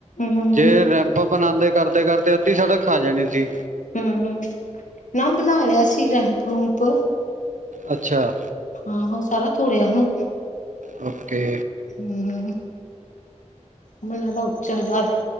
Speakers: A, on the left; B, on the right.
A: ਹੂੰ।
B: ਜੇ ਰੈਂ ਬਣਾਂਦੇ ਕਰਦੇ-ਕਰਦੇ ਅੱਧੀ ਸੜਕ ਖਾ ਜਾਣੀ ਸੀ।
A: ਹੂੰ-ਹੂੰ ਨਾ ਬਣਾ ਲਿਆ ਸੀ ਰੈਂਪ ਰੂਂਪ
B: ਅੱਛਾ,
A: ਆਹੋ ਸਾਰਾ ਤੋੜਿਆ ਹਨਾ।
B: ਓਕੇ,
A: ਹੂੰ <unintelligible> ਮੈਨੂੰ ਲਗਾ ਦਾ ਉੱਚਾ ਜਿਆਦਾ